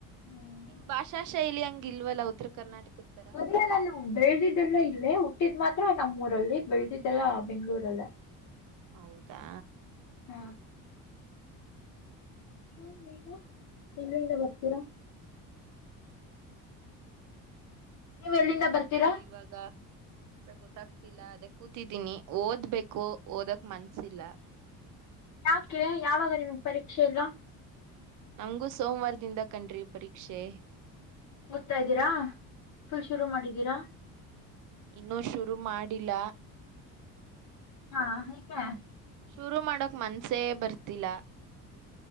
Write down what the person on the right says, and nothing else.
ನಿಮ್ ಭಾಷಾ ಶೈಲಿ ಹಂಗ ಇಲ್ವಲ್ಲ ಉತ್ತರ ಕರ್ನಾಟಕದತ್ತರ
ಹೌದಾ
ಏನ್
ಮಾಡೋದು
ಇವಾಗ ಅ ಗೊತ್ತಾಗ್ತಿಲ್ಲ ಅದ ಕೂತಿದ್ದೀನಿ ಓದ್ಬೇಕು ಓದಕ್ ಮನ್ಸಿಲ್ಲ
ನಮ್ಗೂ ಸೋಮವಾರದಿಂದ ಕಣ್ರಿ ಪರೀಕ್ಷೆ
ಇನ್ನುೂ ಶುರು ಮಾಡಿಲ್ಲ
ಶುರು ಮಾಡೋಕ್ ಮನ್ಸೇ ಬರ್ತಿಲ್ಲ